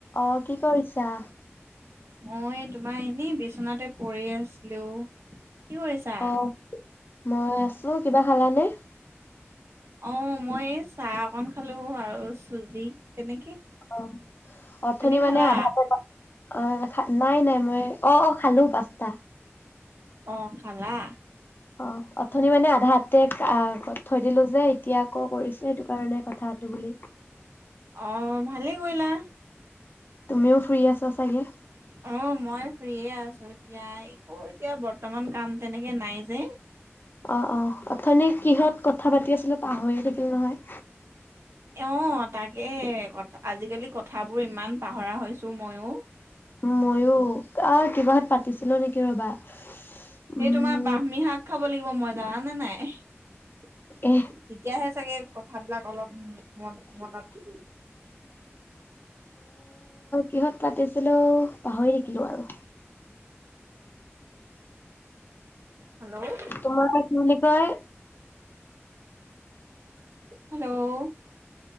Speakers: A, on the left (about 45°); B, on the right (about 65°).
A: অঁ কি কৰিছ চা
B: মই তোমাৰ এনেই বিচনাতে পৰি আছিলো কি কৰিছা
A: অ মই আছো কিবা খালানে
B: অঁ মই চাহ অকন খালো আৰু চুজি তেনেকে
A: অঁ অথনি
B: তুমি
A: মানে
B: খালা?
A: আধা অঁ নাই নাই মই অঁ অঁ খালো পাচতা
B: অঁ খালা
A: অঁ অথনি মানে আধা হাতে থৈ দিলো যে এতিয়া আকৌ কৰিছো সেইটো কাৰণে কথা বুলি
B: অঁ ভাত ভালে কৰিলা
A: তুমিও ফ্ৰী আছা চাগে
B: আহ মই ফুৰিয়ে আছো দিয়া একো এতিয়া বৰ্তমান কাম তেনেকে নাই যে
A: অঁ অঁ অথনি কিহত কথা পাতি আছিলো পাহৰি থাকিলো নহয়
B: অঁ তাকে ক আজিকালি কথাবোৰ ইমান পাহৰা হৈছো ময়ো
A: ময়ো কিবাহত পাতিছিলোঁ নেকি ৰ'বা উম
B: এই তোমাৰ বাহমী শাক খাব লাগিব মই জানানে নাই এ
A: এ
B: তেতিয়াহে চাগে কথাবিলাক অলপ মন মনত
A: সহঁত পাতিছিলো পাহৰি থাকিলোঁ আৰু
B: হেল্ল'
A: তোমাৰ কি বুলি কয়
B: হেল্ল'